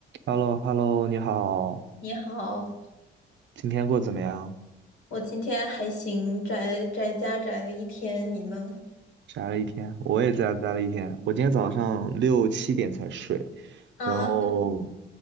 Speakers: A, on the right; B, on the left.
A: h e l l o h e l l o 你好，
B: 你好，
A: 今天过得怎么样？
B: 我今天还行，宅宅家宅了一天，你呢？
A: 宅了一天，我也在家待了一天。我今天早上六七点才睡，
B: 啊，
A: 然后，